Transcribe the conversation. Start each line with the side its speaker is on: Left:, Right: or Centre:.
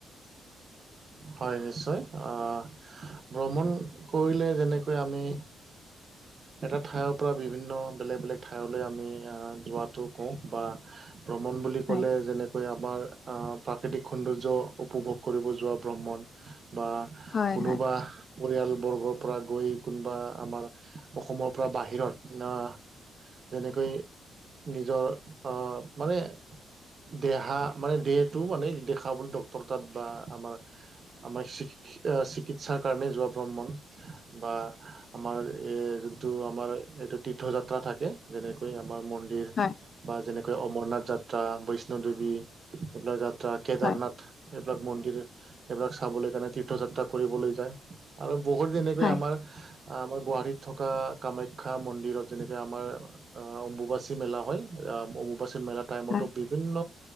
Left: <inaudible>
Right: হয় নিশ্চয়। অ' ভ্ৰমণ কৰিলে যেনেকৈ আমি এটা ঠাইৰ পৰা বিভিন্ন বেলেগ বেলেগ ঠাইলৈ আমি যোৱাটো কওঁ- বা ভ্ৰমণ বুলি ক'লে
Left: হয়,
Right: যেনেকৈ আমাৰ প্ৰাকৃতিক সৌন্দৰ্য উপভোগ কৰিব যোৱা ভ্ৰমণ বা
Left: হয়,
Right: কোনোবা
Left: হয়,
Right: পৰিয়ালবৰ্গৰ পৰা গৈ কোনোবা আমাৰ অসমৰ পৰা বাহিৰত যেনেকৈ নিজৰ অ' মানে দেহা মানে দেহটো মানে দেখাবলৈ ড ক্তৰ তাত বা আমাৰ আমাৰ চি-চিকিৎসাৰ কাৰণে যোৱা ভ্ৰমণ বা- আমাৰ এ যোনটো আমাৰ এইটো তীৰ্থযাত্ৰা থাকে যেনেকৈ আমাৰ মন্দিৰ- দিৰ
Left: হয়,
Right: বা যেনেকৈ অমৰনাথ যাত্ৰা, বৈষ্ণদেৱী এইবিলাক যা <inaudible> কেদাৰনাথ
Left: হয়,
Right: এইবিলাক মন্দিৰ এইবিলাক চাবলৈ কাৰণে তীৰ্থযাত্ৰা- ফুৰিবলৈ যায় আৰু বহুত তেনেকৈ
Left: হয়,
Right: আমাৰ- আমাৰ গুৱাহাটীত থকা কামাখ্যা মন্দিৰত যেনেকে আমাৰ- আহ' অম্বুবাচী মেলা হয় আ অম্বুবাচী- মেলা টাইমতো
Left: হয়,
Right: বিভিন্ন